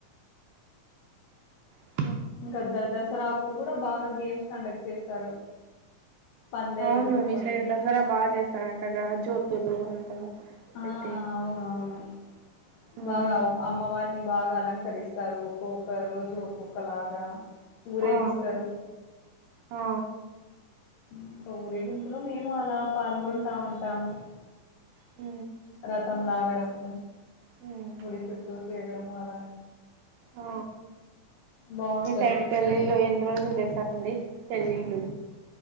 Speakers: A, on the right; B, on the left.
A: అ
B: ఇంకా దసరా అప్పుడు కూడా బాగా గేమ్స్ కండక్ట్ చేస్తారు పందేలు
A: అవును
B: పెట్టుకొని
A: మీ సైడ్ దసరా బాగా చేస్తారంటగా జ్యోతులు అంత
B: ఆ
A: పెట్టి
B: అవునవును
A: హ్మ్
B: బాగా అమ్మవారిని బాగా అలంకరిస్తారు ఒక్కొక్క రోజు ఒక్కొక్క ఒకలాగా ఊరేగిస్తారు
A: ఆ ఆ
B: ఇంకా ఉరేగింపులో మేము అలా పాల్గొంటా ఉంటాము
A: ఉ
B: రథం లాగడము
A: హ్మ్
B: గుడి చుట్టు తేగడం వాళ
A: ఆ
B: బాగుంటది
A: మీ సైడ్ పెళ్ళిళ్ళ ఎన్ని రోజులు చేసారంండి పెళ్ళిళ్ళు